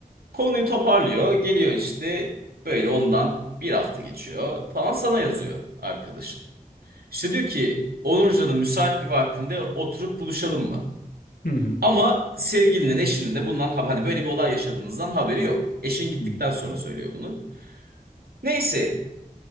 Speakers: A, on the right; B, on the left.
A: Konuyu toparlıyor. Geliyor işte böyle ondan bir hafta geçiyor falan sana yazıyor arkadaşın. İşte diyor ki onurcanın müsait bir vaktinde oturup buluşalım mı?
B: Hı hı.
A: Ama sevgilinin, eşinin de bundan hab- hani böyle bir olay yaşadığınızdan haberi yok. Eşin gittikten
B: Hı.
A: sonra söylüyor bunu. Neyse,